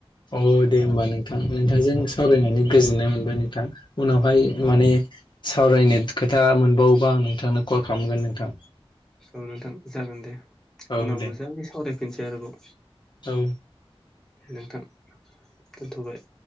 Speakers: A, on the left (about 50°); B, in the centre.
A: अ' दे होमबा नोंथां नोंथांजों सावरायनानै गोजोननाय मोनबाय नोंथां। उनावहाय
B: औ
A: माने सावरायनो खोथा मोनबावोबा आं नोंथांनो कल खालामगोन नोंथां।
B: औ नोंथां जागोन दे
A: औ
B: उनाव
A: दे
B: मोजांङै सावरायफिनसै आरोबाव।
A: औ।
B: नोंथां दोनथ'बाय।